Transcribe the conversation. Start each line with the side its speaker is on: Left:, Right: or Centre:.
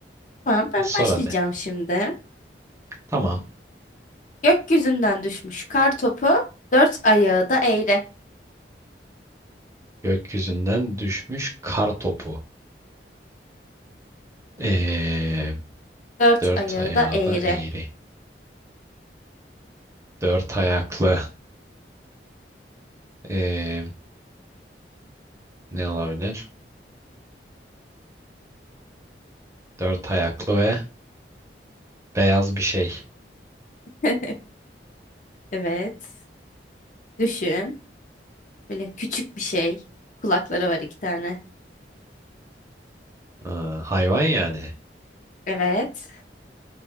Left: Tamam, ben
Right: Sor
Left: başlayacağım
Right: hadi.
Left: şimdi.
Right: Tamam.
Left: Gökyüzünden düşmüş kar topu, dört ayağı da eğri.
Right: Gökyüzünden düşmüş kar topu. Ee,
Left: Dört
Right: dört
Left: ayağı
Right: ayağı
Left: da eğri.
Right: da eğri. Dört ayaklı. Ee, ne olabilir? Dört ayaklı ve beyaz bir şey.
Left: <laughs> Evet. Düşün. Böyle küçük bir şey. Kulakları var iki tane.
Right: Aa, hayvan yani.
Left: Evet.